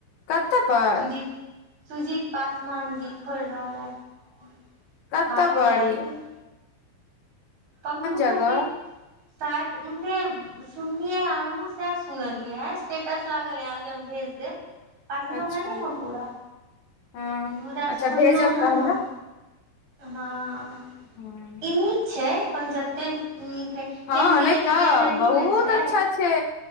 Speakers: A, on the left (about 60°); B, on the right (about 40°).
A: कतऽ पर
B: सुजीत सुजीत पासवान जी खोल रहलथि
A: कत
B: बात
A: बड़ी
B: केलथि पंकु सरके
A: जगह
B: शायद उमरे सुनलियै हमहूँ सएह सुनलियै ह स्टेटस लागल अहाँके हम भेज देब पढ़लहुँ
A: अच्छा
B: हेँ ने हम पूरा
A: हँ
B: मुदा
A: अच्छा
B: सुनलहुँ
A: भेजब
B: हेँ
A: तऽ हमरा
B: हम हँ
A: हँ
B: ई नीक छै अपन जतेक नीक रहै
A: हँ
B: केन्द्रीय
A: नहि
B: विद्यालय
A: तऽ
B: नहि
A: बहुत
B: ने छै
A: अच्छा छै